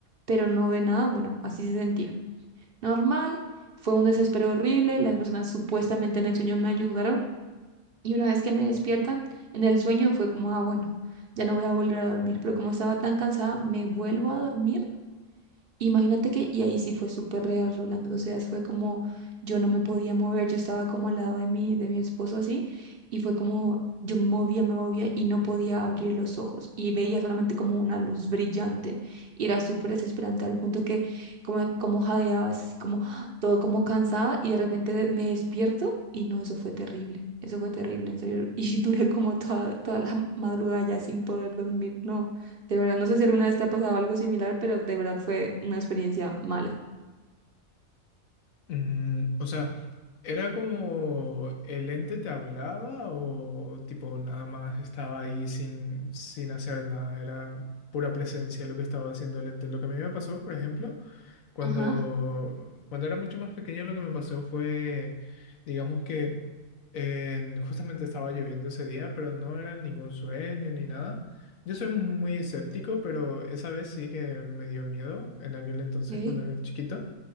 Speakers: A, on the right (about 50°); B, on the left (about 80°).
A: pero no ve nada. Bueno, así se sentía. Normal, fue un desespero horrible, las personas supuestamente en el sueño me ayudaron y una vez que me despiertan en el sueño fue como, ah, bueno, ya no voy a volver a dormir, pero como estaba tan cansada, me vuelvo a dormir Imagínate que, y ahí sí fue súper real, Rolando, o sea, fue como, yo no me podía mover, yo estaba como al lado de mi, de mi esposo así, y fue como, yo me movía, me movía y no podía abrir los ojos, y veía solamente como una luz brillante, y era súper desesperante al punto que como, como jadeaba, así como, ¡ah! todo como cansada, y de repente de- me despierto, y no, eso fue terrible, eso fue terrible, en serio, <laughs> y duré como toda, toda la madrugada ya sin poder dormir, no. De verdad, no sé si alguna vez te ha pasado algo similar, pero de verdad fue una experiencia mala.
B: Mm, o sea, ¿era como el ente te hablaba o tipo nada más estaba ahí sin, sin hacer nada? Era pura presencia lo que estaba haciendo el ente. Lo que a mí me pasó, por ejemplo, cuando,
A: Ajá,
B: cuando era mucho más pequeño, lo que me pasó fue, digamos que en- justamente estaba lloviendo ese día, pero no era ningún sueño ni nada. Yo soy muy escéptico, pero esa vez sí que me dio miedo en aquel entonces
A: ok,
B: cuando era chiquito.